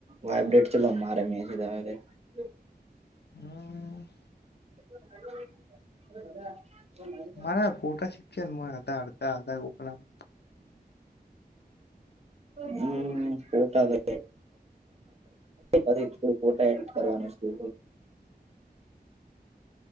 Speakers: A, on the right (about 40°); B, on the left (about 80°).
A: વાઇબ્રેટ ચલો મારે મે <unintelligible>
B: હા <inaudible>
A: <unintelligible>
B: મારે ફોટા શીખયા મારાં આધા અધા આધા <unintelligible>
A: હમ પોટ <unintelligible> પછ <unintelligible> થોડું પોટા એડ કરવાનું છે.